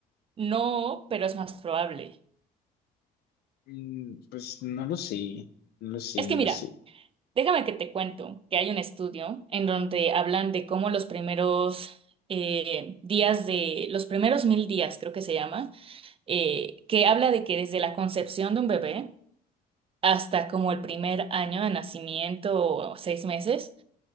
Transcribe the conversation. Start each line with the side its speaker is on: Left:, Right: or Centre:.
Right: no, pero es más probable.
Left: Mm, Pues no lo sé, no lo sé,
Right: Es
Left: no
Right: que mira,
Left: lo sé.
Right: déjame que te cuento que hay un estudio en donde hablan de cómo los primeros eh, días de, los primeros mil días, creo que se llama, eh, que habla de que desde la concepción de un bebé, hasta como el primer año de nacimiento o seis meses